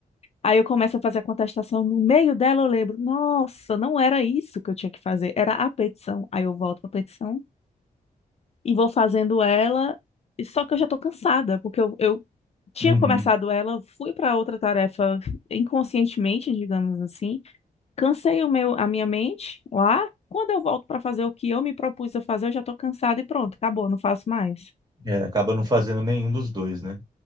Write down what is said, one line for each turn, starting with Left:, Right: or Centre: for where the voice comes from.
Left: Aí eu começo a fazer a contestação, no meio dela eu lembro, nossa, não era isso que eu tinha que fazer, era a petição. Aí eu volto para a petição e vou fazendo ela, e só que eu já estou cansada, porque eu, eu tinha
Right: Uhum.
Left: começado ela, fui para outra tarefa inconscientemente, digamos assim. Cansei o meu, a minha mente lá. Quando eu volto para fazer o que eu me propus a fazer, eu já estou cansada e pronto, acabou, não faço mais.
Right: É, acaba não fazendo nenhum dos dois, né?